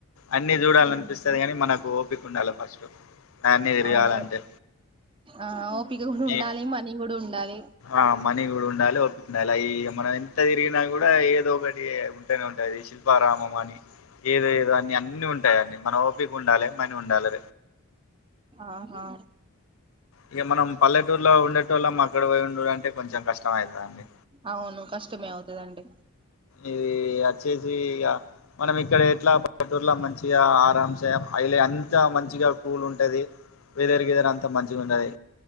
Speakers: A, on the left (about 70°); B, on the right (about 25°).
A: అన్ని చూడాలనిపిస్తుంది
B: ఉమ్,
A: ని మనకు ఓపిక ఉండాలి ఫస్ట్ అన్ని తిరగాలంటే
B: అవును ఆ ఓపిక కూడా ఉండాలి
A: ఈ
B: మనీ కూడా ఉండాలి
A: ఆ మనీ కూడా ఉండలే అలా ఈ మనం ఎంత తిరిగినా కూడా ఏదో ఒకటి ఉంటేనే ఉంటది శిల్పారామం అని ఏదో ఏదో అన్ని అన్నన్ని ఉంటాయి అడి మన ఓపకి ఉండాలి మనీ ఉండాలి
B: ఆహా
A: ఇక మనం పల్లెటూరులో ఉండేట వాళ్ల అక్కడ పో ఉండ అంటే కొంచెం కష్టం అవుతుందండి
B: అవును కష్టం అదండి
A: ఇది వచ్చేసి ఇక మనం ఇక్కడతే ఇట్లా బడూర్లో మంచిగా ఆరా స అయిలే అంత మంచిగా కూల్ ఉంటంది వదేరికిదర అంతా మంచిగా ఉంటది